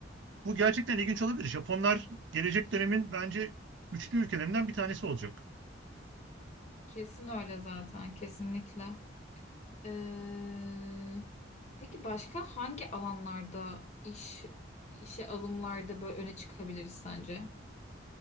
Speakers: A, on the right; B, on the left.
A: Bu gerçekten ilginç olabilir. Japonlar gelecek dönemin bence güçlü ülkelerinden bir tanesi olacak.
B: Kesin öyle zaten, kesinlikle. Ee, peki başka hangi alanlarda iş işe alımlarda böyle öne çıkabiliriz sence?